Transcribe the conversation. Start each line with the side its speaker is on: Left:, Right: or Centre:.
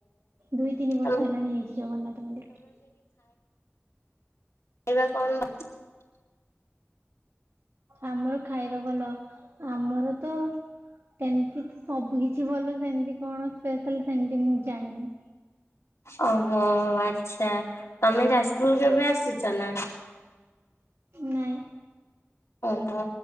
Right: ଦୁଇ ତିନି ବର୍ଷ
Left: ତମ
Right: ହେଲାଣି ହେଇଛି ଜଗନ୍ନାଥ ମନ୍ଦିର।
Left: ପାଇବା କଣ <unintelligible>
Right: ଆମର ଖାଇବା ଭଲ ଆମର ତ ସେମିତି ତ ସବୁ କିଛି ଭଲ ସେମିତି କଣ ସ୍ପେଶାଲ ସେମତି ମୁଁ ଜାଣିନି
Left: ଓହୋ ଆଚ୍ଛା ତମେ ଯାଜପୁରକୁ କେବେ ଆସିଛ ନା?
Right: ନାଇଁ।
Left: ଓହୋ